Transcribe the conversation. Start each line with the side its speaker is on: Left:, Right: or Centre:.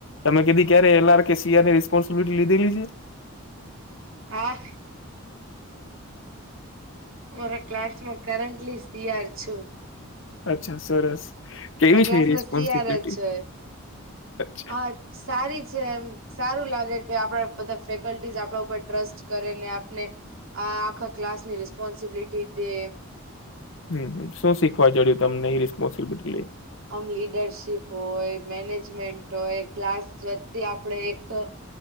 Left: તમે કીધી ક્યારે એલઆર કે સીઆર ની રિસ્પોન્સિબિલિટી લીધેલી છે.
Right: હા. મારા ક્લાસ માં કરન્ટલી સીયાર છું.
Left: અચ્છા સરસ. કેવી
Right: અમર ક્લાસ
Left: છે એ
Right: માં
Left: રિસ્પોન્સિબિલિટી
Right: સીઆર જ છે
Left: અચ્છા
Right: અ સારી છે એમ સારું લાગે કે આપણા બધા ફેકલ્ટીઝ આપણા ઉપર ટ્રસ્ટ કરે ને આપને આ આખા ક્લાસની રેસ્પોન્સિબિલીટી દે
Left: હમ્મ શું શીખવા જડ્યું તમને એ રિસ્પોન્સિબિલિટી લઈને
Right: આમ લીડરશીપ હોય મેનેજમેન્ટ હોય ક્લાસ વતી આપણે એક અ